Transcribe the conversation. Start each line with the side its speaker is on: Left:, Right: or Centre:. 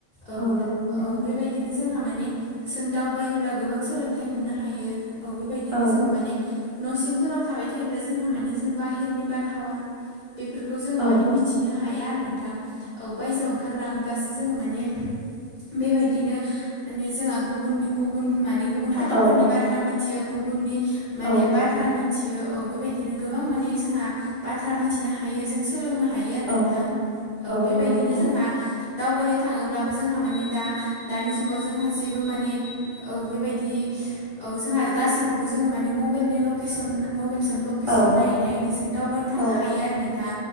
Left: औ
Right: नंगौ नोंथां
Left: औ बेबायदिनो जोंहा माने जों दावबायोब्ला गोबां सोलोंथाइ मोननो हायो औ बेबायदिनो
Right: औ
Left: जोङो माने न' सिंफोराव थाबाय थायोब्ला जोंहा माने जों बाहहेरनि बारहावा बेफोरखौ जोङो
Right: औ
Left: माने मिथिनो हाया आरो नोंथां औ बायजोआव ओंखारलाङोब्लासो जोङो माने बेबायदिनो माने जोंहा गुबुन गुबुन मानिे गुबुन हादोरफोरनि
Right: औ
Left: बा बाथ्रा मिथियो गुबुननि माने
Right: औ
Left: बाथ्रा मिथियो औ बेबायदिनो गोबां माने जोंहा बाथ्रा मिथिनो हायो जों सोलोंनो हायो आरो नोंथां
Right: औ
Left: औ बेबायदिनो
Right: नंगौ नोंथां
Left: जोंहा दावबायनो थाङोब्लाबो जोंहा माने दा दानि जुगाव जोंहा जेबो माने औ बेबायदि औ जोंहा गासैखौबो जोङो माने मबाइलनि लकेसन मबाइलजों ल लकेसन
Right: औ
Left: नायै नायैनोसों दावबायनो थांनो
Right: औ
Left: हायो आरो नोंथां